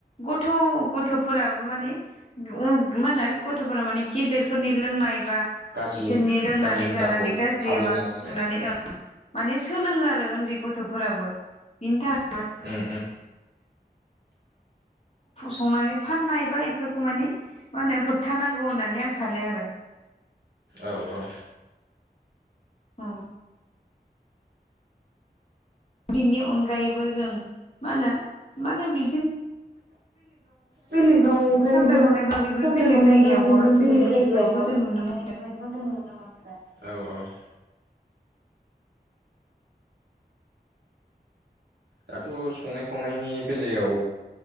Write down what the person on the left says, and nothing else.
गथ' गथ'फोराबो माने मा होनो गथ'फोरा माने गेदेरफोरनि लोंनाय बा बिसोरनि
लोंनानै
जानानै गाज्रि
माखौ
नुनानैं माने सोलोङो आरो उन्दै गथ'फोराबो बिनि थाखाय
संनानै फाननाय बा बेफोरखौ मानि मा होनो होबथानांगौ होननानै आं सानो आरो।
औ। बिनि अनगायैबो जों मा होनो? मे बि
साप्लाय हरनाय बा बेफोर
बेलेग
जायगायाव
हर
हैनाय
बेफोरबायदिखौ
जों नुनो मोनो